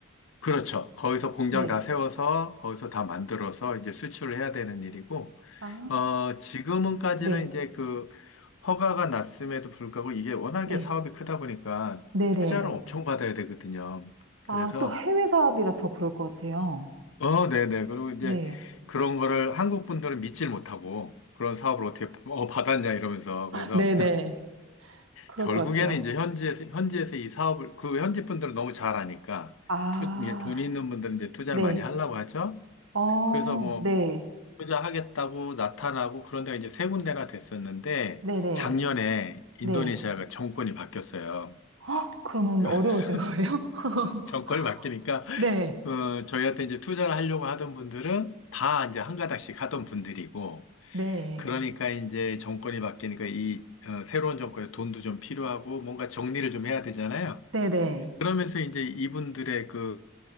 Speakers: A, on the left; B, on the right.
A: 그렇죠. 거기서 공장
B: 네.
A: 다 세워서 거기서 다 만들어서 이제 수출을 해야 되는 일이고,
B: 아,
A: 어, 지금은까지는
B: 네.
A: 이제 그 허가가 났음에도 불구하고 이게 워낙에
B: 네.
A: 사업이 크다 보니까
B: 네네.
A: 투자를 엄청 받아야 되거든요. 그래서,
B: 아, 또 해외 사업이라 더 그럴 것 같아요.
A: 어, 네네. 그리고 이제
B: 네.
A: 그런 거를 한국 분들은 믿질 못하고 그런 사업을 어떻게 <laughs> 어, 받았냐 이러면서 그래서
B: 네네. 그럴
A: 결국에는
B: 것 같아요.
A: 이제 현지에서, 현지에서 이 사업을 그 현지 분들은 너무 잘 아니까
B: 아,
A: 투, 이게 돈 있는 분들은 이제 투자를
B: 네.
A: 많이 하려고 하죠.
B: 어,
A: 그래서 뭐
B: 네.
A: 투자하겠다고 나타나고 그런 데가 이제 세 군데나 됐었는데
B: 네네.
A: 작년에 인도네시아가
B: 네.
A: 정권이 바뀌었어요.
B: 헉, 그러면
A: <laughs>
B: 어려워진 거예요? <laughs>
A: 정권이 바뀌니까
B: 네.
A: 어, 저희한테 이제 투자를 하려고 하던 분들은 다 이제 한 가닥씩 하던 분들이고,
B: 네.
A: 그러니까 이제 정권이 바뀌니까 이 어, 새로운 정권에 돈도 좀 필요하고 뭔가 정리를 좀 해야 되잖아요.
B: 네네.
A: 그러면서 이제 이분들의 그